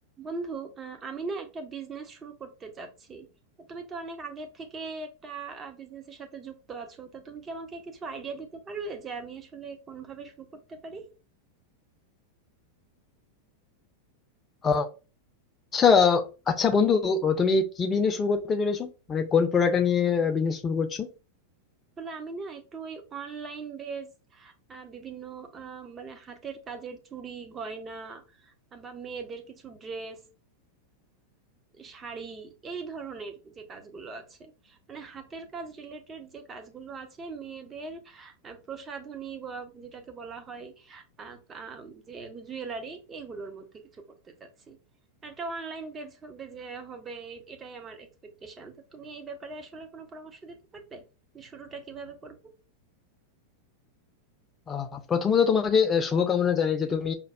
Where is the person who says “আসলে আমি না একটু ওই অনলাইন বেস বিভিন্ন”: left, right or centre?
Right